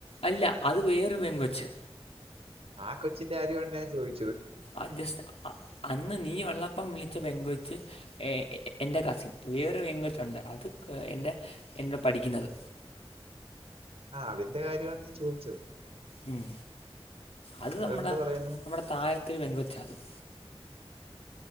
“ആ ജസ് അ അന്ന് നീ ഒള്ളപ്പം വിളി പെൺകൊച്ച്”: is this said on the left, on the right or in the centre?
Left